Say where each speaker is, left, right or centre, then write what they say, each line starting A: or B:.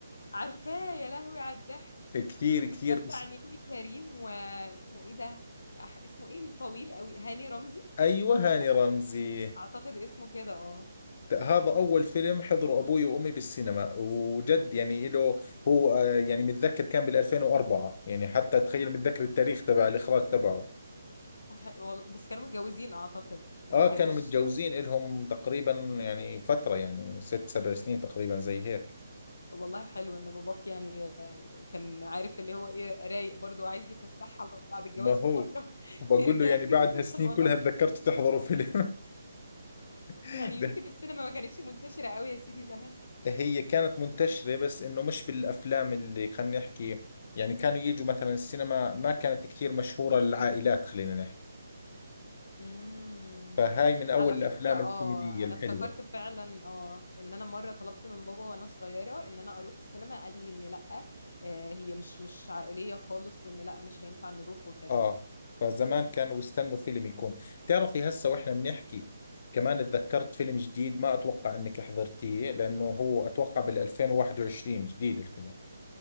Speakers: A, on the left (about 75°); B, on the left (about 35°).
A: عارفاه يا لهوي على الضحك
B: كثير كثير
A: ده بتاع
B: اسم
A: نيللي كريم واسمه ايه ده أح... اسمه ايه الطويل قوي هاني رمزي
B: ايوه هاني
A: لا
B: رمزي
A: اعتقد اسمه كده اه
B: هذا أول فيلم حضره أبوي وأمي بالسينما وجد يعني له هو آه، يعني متذكر كان بال 2004 يعني حتى تخيل متذكر التاريخ تبع الإخراج تبعه
A: أح- والله بس كانوا متجوزين اعتقد ما
B: آه
A: كانوش
B: كانوا متجوزين إلهم تقريبا يعني فترة يعني ست سبع سنين تقريبا زي هيك
A: طب والله حلو ان باباك يعني كان عارف اللي هو ايه رايق برضه وعايز يفسحها بعد الجواز
B: ما هو
A: بفتره <laughs>
B: بقول
A: في رجاله
B: له يعني
A: كتير
B: بعد
A: بتنسى
B: هالسنين
A: الموضوع
B: كلها
A: ده
B: تذكرت تحضروا فيلم <laughs>
A: يعني يمكن السينما ما كانتش منتشره قوي يا سيدي زمان
B: هي كانت منتشرة بس إنه مش بالأفلام اللي خلينا نحكي يعني كانوا يجوا مثلا السينما ما كانت كثير مشهورة للعائلات خلينا نحكي
A: امم
B: فهاي من أول
A: على
B: الأفلام
A: فكره اه
B: الكوميدية الحلوة
A: انا افتكرت فعلا اه ان انا مره طلبت من بابا وانا صغيره ان انا اروح السينما قال لي ان لا آه هي مش مش عائليه خالص وان لا مش هينفع نروح وكده
B: آه فزمان كانوا بيستنوا فيلم يكون بتعرفي هسه وإحنا بنحكي كمان اتذكرت فيلم جديد ما أتوقع إنك حضرتيه لأنه هو أتوقع بال2021 جديد الفيلم